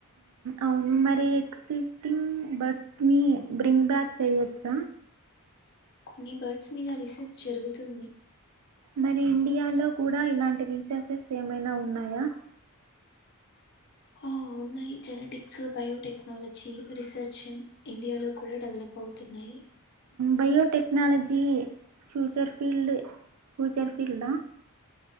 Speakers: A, on the right (about 75°); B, on the left (about 50°).
A: అవును మరి ఎక్సిస్టింగ్ బర్డ్స్ నీ బ్రింగ్ బ్యాక్ చెయొచ్చా.
B: కొన్ని బర్డ్స్ మీద రీసెర్చ్ జరుగుతుంది.
A: మరి ఇండియాలో కూడా ఇలాంటి రీసెర్సెస్ ఏమైనా ఉన్నాయా?
B: ఆ ఉన్నాయి జెనెటిక్స్, బయోటెక్నాలజీ రీసెర్చ్ ఇండియాలో కూడా డెవలప్ అవుతున్నాయి.
A: బయోటెక్నాలజీ ఫ్యూచర్ ఫీల్డ్ ఫ్యూచర్ ఫీల్డా.